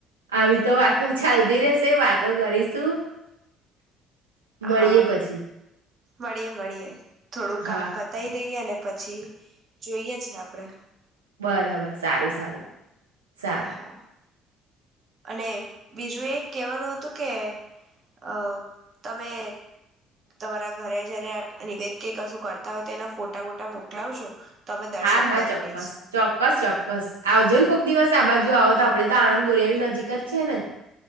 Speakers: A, on the right (about 85°); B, on the right (about 50°).
A: આવી તો વાતો ચાલતી રે વાતો કરીશું <inaudible> મળીએે
B: હા
A: પછી
B: મળીએ મળીએ થોડું કામ
A: હા
B: પતાવી દઈએ અને પછી જોઈએ છે આપડે
A: બરાબર સારું સારું ચાર
B: હા અને બીજું એ કેહેવાનું હતું કે અ તમે તમારા ઘરે જયારે નિવેદ કે કશું કરતા હોય તો એના ફોટા બોટા મોકલાવજો તો અમે દર્શન
A: હા હા
B: કરી
A: ચોક્કસ
B: લઈશું
A: ચોક્કસ ચોક્કસ આવજો ને કોક દિવસ આ બાજુ જો આવો તો આપડે તો આણંદ બોરિયાવી નજીક જ છે, ને